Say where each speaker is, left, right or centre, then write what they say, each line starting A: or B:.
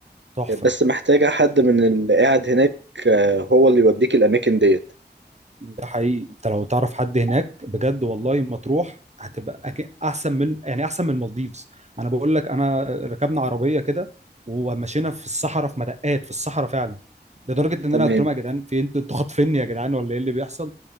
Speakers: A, on the right (about 40°); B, on the right (about 85°).
A: تحفه
B: بس محتاجه حد من اللي قاعد هناك آه، هو اللي يوديك الاماكن ديت
A: ده حقيقي انت لو تعرف حد هناك بجد والله مطروح هتبقى أك- احسن من يعني احسن من المالديفز انا بقول لك انا ركبنا عربيه كده ومشينا في الصحراء في مدقات في الصحراء فعلا لدرجه ان
B: تمام
A: انا قلت لهم يا جدعان في انتوا انتوا خاطفيني يا جدعان ولا ايه اللي بيحصل